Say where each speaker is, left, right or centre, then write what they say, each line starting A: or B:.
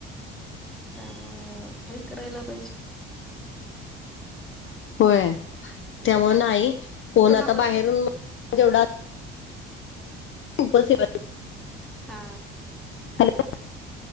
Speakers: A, in the centre; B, on the left.
A: त्यामुळं फेक करायला पाहिजे.
B: होय त्यामुळ नाही कोण
A: तुम
B: आता
A: व्यवस्थित
B: बाहेरून तेवढा पल स <inaudible>
A: हा
B: हॅलो